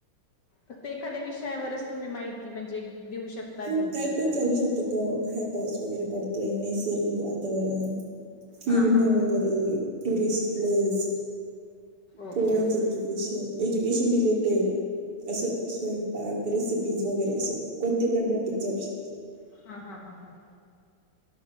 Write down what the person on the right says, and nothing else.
हो,
काही
पण चालू शकतो. बाहेर पाऊस वगैरे पडतोय, नैसर्गिक वातावरण फिरणं,
वगैरे टुरिस्ट प्लेस.
पोरांचं
एज्यूकेशन, एज्युकेशन रिलेटेड असं स्वयंपाक, रेसिपीज वगैरे असं कोणते पण टॉपिक चालू शकतात.